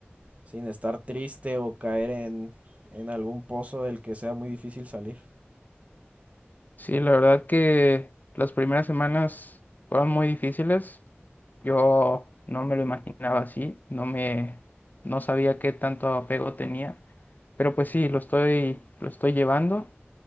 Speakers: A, on the right; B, on the left.
A: sin estar triste o caer en, en algún pozo del que sea muy difícil salir.
B: Sí, la verdad que las primeras semanas fueron muy difíciles. Yo no me lo imaginaba así, no me, no sabía qué tanto apego tenía, pero pues sí, lo estoy, lo estoy llevando.